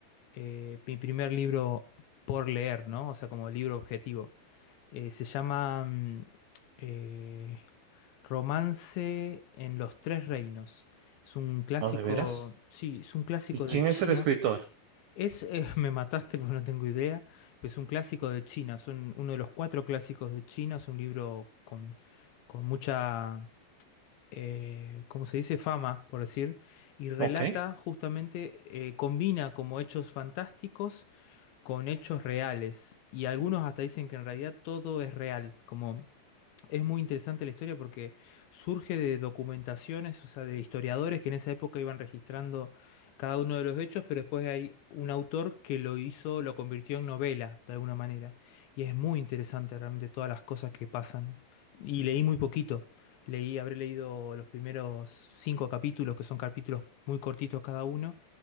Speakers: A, on the left; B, on the right.
A: eh, mi primer libro por leer, ¿no? O sea, como libro objetivo. Eh, se llama mm, eh, Romance en los Tres Reinos. Es un clásico,
B: ¿No, de veras?
A: sí, es un clásico
B: ¿Y quién
A: de China.
B: es el escritor?
A: Es, eh, <laughs> me mataste porque no tengo idea, pero es un clásico de China, son uno de los cuatro clásicos de China, es un libro con, con mucha, eh, ¿cómo se dice? Fama, por decir, y relata
B: Ok.
A: justamente, eh, combina como hechos fantásticos con hechos reales. Y algunos hasta dicen que en realidad todo es real, como es muy interesante la historia porque surge de documentaciones, o sea, de historiadores que en esa época iban registrando cada uno de los hechos, pero después hay un autor que lo hizo, lo convirtió en novela, de alguna manera. Y es muy interesante realmente todas las cosas que pasan. Y leí muy poquito. Leí, habré leído los primeros cinco capítulos, que son capítulos muy cortitos cada uno.